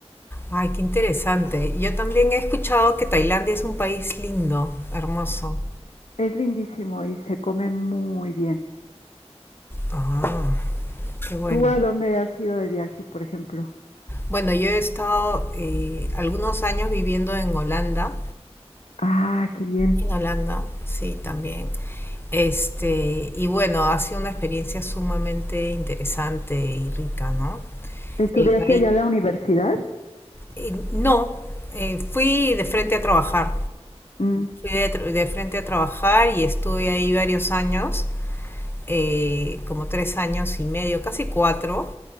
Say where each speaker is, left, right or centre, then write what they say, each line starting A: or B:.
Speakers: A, on the left; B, on the left.
A: Ay, qué interesante. Yo también he escuchado que Tailandia es un país lindo, hermoso.
B: Es lindísimo y se come muy bien.
A: Ah, qué bueno.
B: ¿Tú a dónde has ido de viaje, por ejemplo?
A: Bueno, yo he estado eh, algunos años viviendo en Holanda.
B: Ah, qué bien.
A: En Holanda, sí, también. Este, y bueno, ha sido una experiencia sumamente interesante y rica, ¿no?
B: ¿Estudiaste
A: El país.
B: allá en la universidad?
A: Eh, no, eh, fui de frente a trabajar.
B: Mm,
A: Fui de, tr- de frente a trabajar y estuve ahí varios años, eh, como tres años y medio, casi cuatro.